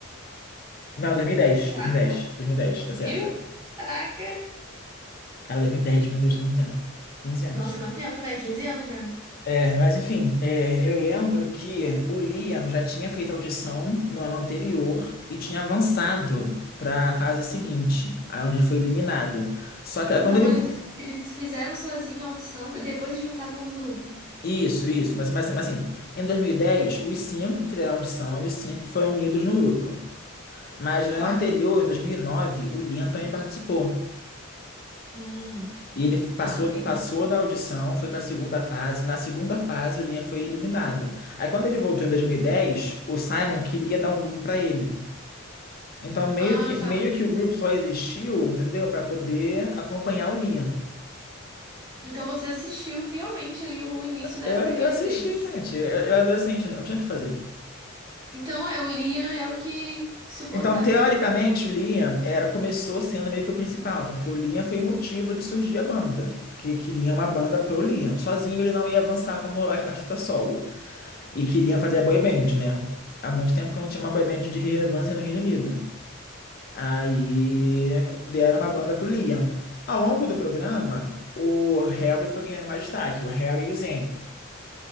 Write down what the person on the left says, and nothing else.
Não, 2010,
2010, 2010, tá
certa.
Cara, 2010, meu Deus, tem muito tempo. 15 anos.
É, mas enfim, é, eu lembro que o Liam já tinha feito audição no ano anterior e tinha avançado para a fase seguinte, aí onde ele foi eliminado. Só que aí
quando ele.
vo-
Isso, isso, mas, mas mas, assim, em 2010, os cinco fizeram audição e os cinco foram unidos no grupo. Mas no
ano anterior, em 2009, o Liam também participou.
E ele passou,
passou da audição, foi para a segunda fase. Na segunda fase, o Linha foi eliminado. Aí, quando ele voltou em 2010, o Simon queria dar um grupo para ele. Então, meio
que, meio
que o grupo só existiu, entendeu? Para poder acompanhar o Liam.
Eu,
eu assisti,
gente. Eu, eu era adolescente, eu não tinha o que fazer.
Então, teoricamente,
o Liam era, começou sendo meio que o principal, porque o Liam foi o motivo de surgir a banda. Porque queria uma banda pro Liam. Sozinho ele não ia avançar como ar- artista solo. E queria fazer a boy band, né? Há muito tempo que eu não tinha uma boy band de relevância no Reino Unido. Aí deram uma banda pro Liam. Ao longo do programa, o Harry foi ganhando mais destaque, o Harry e o Zayn.